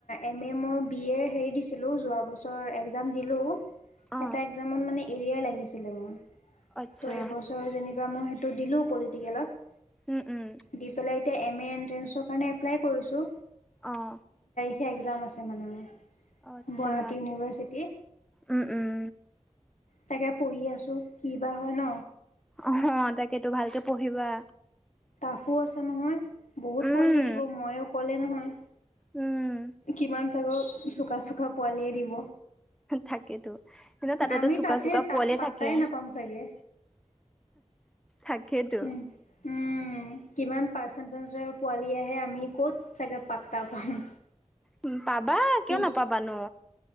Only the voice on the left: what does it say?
এম এ মই বি এৰ হেৰি দিছিলো যোৱা বছৰ একজাম দিলো।
এটা একজামত মানে এৰিয়া লাগিছিলে মোৰ,
ত' এবছৰ যেনিবা মই টো দিলো পলিটিকেলত।
দি পেলাই এতিয়া এম এ এণ্ট্ৰেন্ঞ্চৰ কাৰণে এপ্লাই কৰিছোঁ।
একজাম আছে মানে মোৰ
গুৱাহাটী ইউনিভাৰ্চিটি।
তাকে পঢ়ি আছোঁ, কি বা হয় ন?
<unintelligible> আছে নহয় বহুত
পোৱালিয়ে দিব মই অকলে নহয়।
কিমান চাগৈ চোকা চোকা পোৱালিয়ে দিব।
আমি
তাতে
তাত
পাত্তাই
নাপাম চাগে।
উম, উম। কিমান পাৰ্চেন্টেজৰ পোৱালী আহে চাগে, আমি ক'ত পাত্তা পাম।
কি